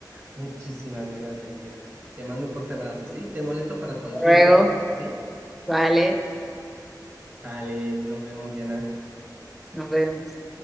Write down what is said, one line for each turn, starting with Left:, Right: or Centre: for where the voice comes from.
Right: Muchísimas gracias, Diana. Te mando un fuerte abrazo, ¿sí? Te molesto para cualquier
Centre: Hasta Luego,
Right: detalle, ¿sí?
Centre: vale,
Right: Dale, nos vemos, Diana.
Centre: nos vemos.